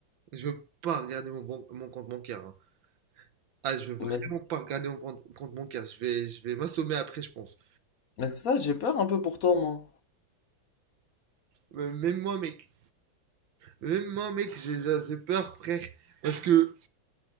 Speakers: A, on the right; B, on the left.
A: je veux pas regarder mon, ban- mon compte bancaire. hein. Ah, je veux vraiment
B: Mais-
A: pas regarder mon compte, compte bancaire. Je vais, je vais m'assommer après, je pense.
B: Mais c'est ça, j'ai peur un peu pour toi, moi.
A: Mais Même moi, mec. Même moi, mec, j'ai j'ai peur, frère. Parce que,